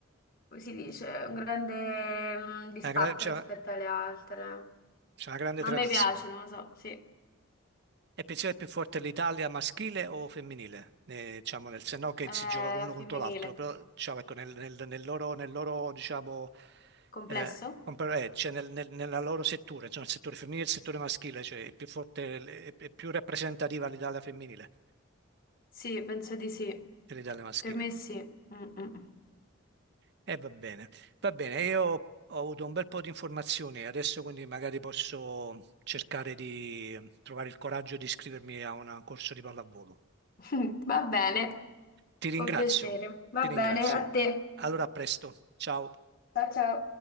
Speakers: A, on the left; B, on the right.
A: come si dice, un grande mm, distacco
B: Una gra- C'è
A: rispetto alle altre.
B: c'è una grande
A: Ma
B: tradizione.
A: a me piace, non lo so, sì,
B: E pensi che è più forte l'Italia maschile o femminile? Eh, diciamo, nel, se no che
A: Eh,
B: si gioca uno
A: la femminile.
B: contro l'altro, però diciamo, ecco, nel, nel- nel loro, nel loro, diciamo,
A: Complesso?
B: eh, compar- eh, cioè, nel- nel- nella loro settore, cioè, il settore femminile e il settore maschile, cioè è più forte, è, è più rappresentativa l'Italia femminile
A: Sì, penso di sì.
B: dell'Italia maschile.
A: Per me sì. Mm, mm.
B: E va bene, va bene, io ho avuto un bel po' di informazioni, adesso quindi magari posso cercare di trovare il coraggio di iscrivermi a una- un corso di pallavolo.
A: <laughs> Va bene,
B: Ti ringrazio,
A: con piacere. Va
B: ti ringrazio.
A: bene, a te.
B: Allora, a presto. Ciao.
A: Ciao ciao.